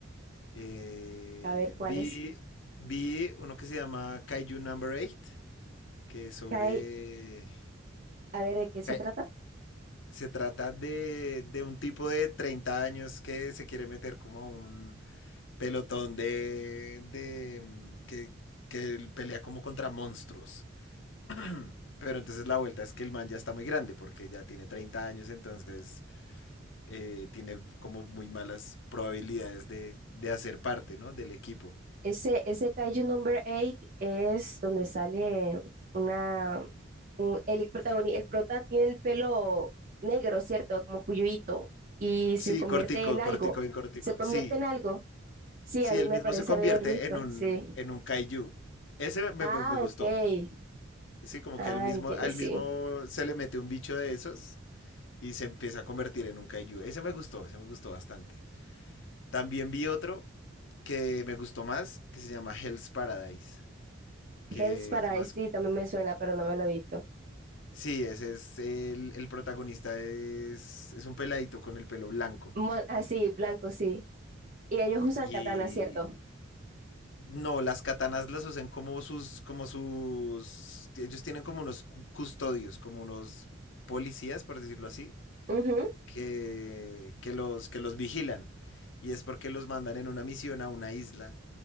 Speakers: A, on the left; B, on the right.
A: Eh,
B: A ver, ¿cuál
A: vi,
B: es?
A: vi uno que se llama Kaiju Number 8 que sobre...
B: Kai, a ver, ¿de qué se
A: eh,
B: trata?
A: Se trata de, de un tipo de 30 años que se quiere meter como a un pelotón de, de mm, que, que él pelea como contra monstruos. <clears throat> Pero entonces la vuelta es que el man ya está muy grande porque ya tiene 30 años, entonces eh, tiene como muy malas probabilidades de, de hacer parte, ¿no? Del equipo.
B: Ese, ese Kaiju Number 8 es donde sale una... un- el protagonista, el prota tiene el pelo negro, ¿cierto? Como puyuito. Y
A: Sí,
B: se convierte
A: cortico,
B: en algo.
A: cortico, bien cortico.
B: ¿Se convierte
A: Sí,
B: en algo? Sí,
A: si
B: a mí
A: él
B: me
A: mismo
B: parece
A: se convierte
B: haber visto,
A: en un,
B: sí.
A: en un kaiju. Ese me,
B: Ah,
A: me- me gustó.
B: ok.
A: Sí, como
B: Ah,
A: que al mismo,
B: entiendo,
A: al
B: sí.
A: mismo se le mete un bicho de esos y se empieza a convertir en un kaiju. Ese me gustó, ese me gustó bastante. También vi otro que me gustó más, que se llama Hell's Paradise, que
B: Hell's Paradise,
A: es más...
B: sí, también me suena, pero no me lo he visto.
A: Sí, ese es el, el protagonista, es, es un peladito con el pelo blanco.
B: Mon- ah, sí, blanco, sí. Y ellos usan
A: Y,
B: katana, ¿cierto?
A: No, las katanas las usan como sus, como sus, ellos tienen como unos cu- custodios, como unos policías, por decirlo así,
B: Ujú,
A: que, que los, que los vigilan. Y es porque los mandan en una misión a una isla